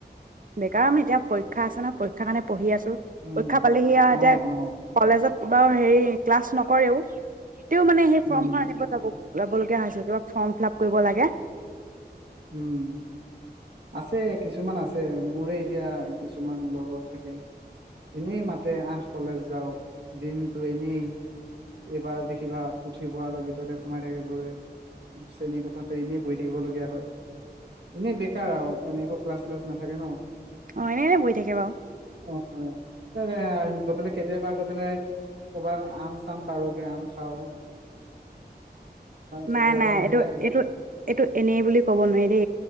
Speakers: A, on the right; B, on the right.
A: বেকাৰ মানে, এতিয়া পৰীক্ষা আছে ন পৰীক্ষাৰ কাৰণে পঢ়ি আছো।
B: উম
A: পৰীক্ষা পালেহি, আৰু এতিয়া
B: অ অ
A: কলেজত বাৰু, হেৰি ক্লাছ নকৰেও তেও মানে সেই
B: উম
A: ফৰ্ম খন আনিব যাব ওলাবলগীয়া হৈছিল, কিবা ফৰ্ম ফিলআপ কৰিব লাগে।
B: উম! আছে, কিছুমান আছে মোৰে এতিয়া কিছুমান লগত থাকে, এনেই মাতে আহ কলেজ যাও দিনতটো এনেই এইবাৰ দেখিবা পুথিভঁৰালৰ ভিতৰতে সোমাই থাকে গৈ, চেনী কোঠাতে এনেই বহি থাকিবলগীয়া হয়। এনেই বেকাৰ আৰু মানে, একো ক্লাছ- শ্লাছ নাথাকে ন!
A: অঁ! এনে, এনে বহি থাকে বাৰু।
B: অ গৈ পেলাই, কেতিয়াবা গৈ পেলাই কৰবাত আম চাম পাৰোগে, আম খাও। কেতিয়াবা
A: নাই, নাই
B: সেয়াই
A: এইটো, এইটো, এইটো এনেই বুলি কব কব নোৱাৰি দে,